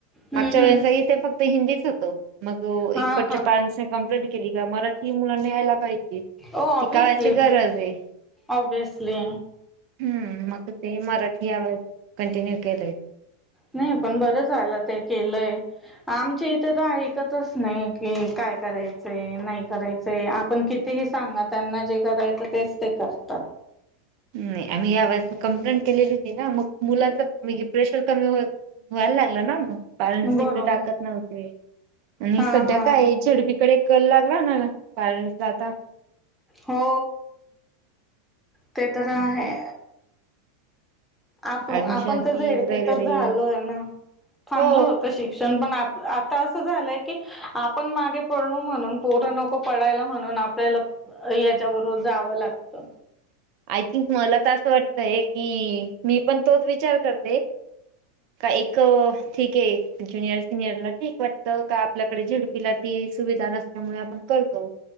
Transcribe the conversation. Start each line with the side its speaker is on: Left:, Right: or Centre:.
Centre: हम्म
Right: मागच्या
Centre: हम्म
Right: वेळेस इथे फक्त हिंदीच होतो मग
Centre: हा
Right: इकडच्या
Centre: हा
Right: पॅरेंटसने कंप्लीट केली का मराठी मुलांना यायला पाहिजे
Centre: ओ ओबवसली,
Right: ती काळाची गरज आहे
Centre: ओबवसली.
Right: हम्म, मग ते मराठी यावेळेस कंटिन्यू केलंय
Centre: नाही पण बरं झालं ते केलंय आमच्या इथे तर ऐकतच नाही, कि काय करायचंय, नाही करायचय, आपण किती कितीही सांगा त्यांना जे करायचं तेच ते करतात.
Right: नाही, आम्ही या वेळेस म कंप्लेंट केलेली होती ना मग मुलांच म्हे प्रेशर कमी होत व्हायला लागला ना मग, पॅरेंट्स
Centre: बरोबर
Right: तिकडे टाकत नव्हते. आणि
Centre: हा
Right: सध्या
Centre: हा
Right: काय झेडपीकडे कल लागला ना, पेरेंट्स चा आता
Centre: हो, ते तर आहे
Right: असं
Centre: आपल, आपण
Right: ऍडमिशन
Centre: तर
Right: फीज
Centre: झेड पी
Right: वगैरे
Centre: च झालोय ना, चांगलं
Right: हो
Centre: होत शिक शिक्षण पण आप, आता असं झालंय की आपण मागे पडलो म्हणून, पोरं नको पडायला, म्हणून आपल्याला याच्याबरोबर जावं लागत.
Right: आय थिंक मला तर असं वाटतय की, मी पण तोच विचार करते का एक, ठीक आहे ज्युनियर, सिनियरला ठीक वाटतं का आपल्याकडे झेडपीला ती सुविधा नसल्यामुळे, आपण करतो.